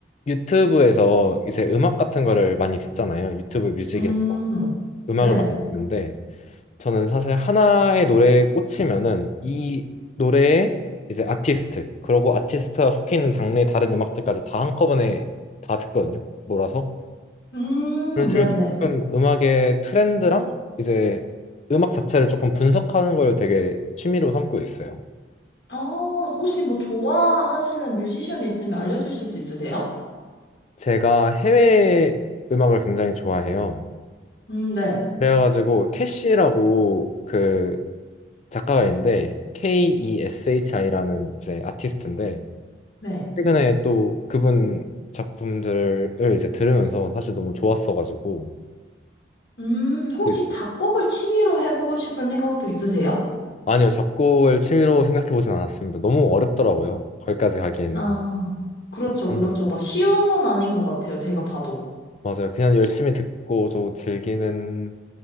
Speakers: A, on the left; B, on the left.
A: 유튜브에서 이제 음악 같은 거를 많이 듣잖아요. 유튜브 뮤직이나
B: 음,
A: 이런 거. 음악을
B: 네.
A: 많이 듣는데, 저는 사실 하나의 노래에 꽂히면은 이 노래의 이제 아티스트, 그리고 아티스트가 속해 있는 장르의 다른 음악들까지 다 한꺼번에 다 듣거든요. 몰아서.
B: 음,
A: 그런 식으로
B: 네네.
A: 조금 음악의 트렌드랑 이제 음악 자체를 조금 분석하는 걸 되게 취미로 삼고 있어요.
B: 어, 혹시 뭐 좋아하시는 뮤지션이 있으면 알려주실 수 있으세요?
A: 제가 해외 음악을 굉장히 좋아해요.
B: 음, 네,
A: 그래가지고 캐시라고 그 작가가 있는데 KESHI라는 이제 아티스트인데
B: 네.
A: 최근에 또 그분 작품들을 이제 들으면서 사실 너무 좋았어가지고
B: 음,
A: 듣고
B: 혹시
A: 있어요.
B: 작곡을 취미로 해보고 싶은 생각도 있으세요?
A: 아니요 작곡을 취미로 생각해보진 않았습니다. 너무 어렵더라고요. 거기까지 가기에는
B: 아, 그렇죠,
A: 저는
B: 그렇죠. 막 쉬운 건 아닌 것 같아요, 제가 봐도.
A: 맞아요. 그냥 열심히 듣고 저 즐기는